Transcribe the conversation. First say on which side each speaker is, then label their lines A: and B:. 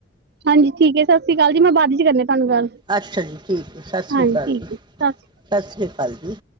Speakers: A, on the right (about 55°); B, on the right (about 25°).
A: ਹਾਂਜੀ ਠੀਕ ਐ, ਸਸ੍ਰੀ ਅਕਾਲ ਜੀ, ਮੈਂ ਬਾਦ ਵਿੱਚ ਕਰਨੀ ਆਂ ਤਾਨੂੰ ਗੱਲ।
B: ਅੱਛਾ ਜੀ, ਠੀਕ ਐ ਸਸ੍ਰੀ
A: ਹਾਂਜੀ
B: ਅਕਾਲ
A: ਠੀਕ
B: ਜੀ,
A: ਹੈ ਸਤਿ ਸ਼੍ਰੀ
B: ਸਸ੍ਰੀ ਅਕਾਲ ਜੀ।